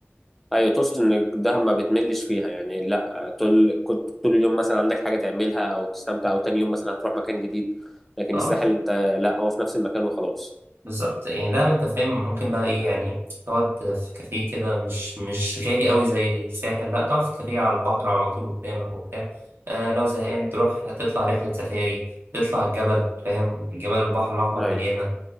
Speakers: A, in the centre; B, on the right (about 55°).
A: ايوه تقصد ان دهب ما بتملش فيها يعني لا طول كنت طول اليوم مثلا عندك حاجه تعملها او تستمتع او تاني يوم مثلا هتروح مكان جديد لكن
B: اه
A: الساحل انت لا هو في نفس المكان وخلاص
B: بالظبط يعني ده انت فاهم ممكن بقى ايه يعني تقعد في كافيه كده مش مش غالي قوي زي الساحل لا تقعد في كافيه على البحر على طول قدامك وبتاع آه لو زهقان تروح تطلع رحلة سفاري تطلع الجبل فاهم جبال البحر الأحمر
A: ايوه
B: مليانة